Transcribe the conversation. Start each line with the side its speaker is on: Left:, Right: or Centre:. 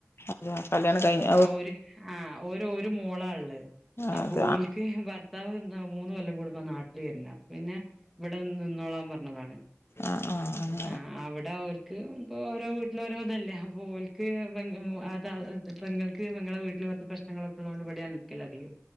Left: അതാ കല്യാണം കഴിഞ്ഞ്
Centre: ആഹ് ഒരു ആഹ് ഒരു ഒരു മോളാള്ളത്
Left: അത്
Centre: അപ്പോ
Left: ആഹ്
Centre: ഓൽക്ക് ഭർത്താവ് മൂന്ന് കൊല്ലം കൂടുമ്പ നാട്ടിൽ വരുന്നാ അപ്പ പിന്നെ ഇവിടെ വന്ന് നിന്നോളാൻ പറഞ്ഞതാണ്.
Left: ആഹ് ആഹ് ആഹ്
Centre: ആഹ് അവി ഓര്ക് ഇപ്പൊ ഓരോ വീട്ടില് ഓരോ ഇതല്ലേ അപ്പ ഓൽക്ക് <unintelligible> പെങ്ങൾക്ക് പെങ്ങളെ വീട്ടില് പ്രേശ്നങ്ങളൊക്കെള്ളൊണ്ട് ഇവിടെ നിക്കല് അതികം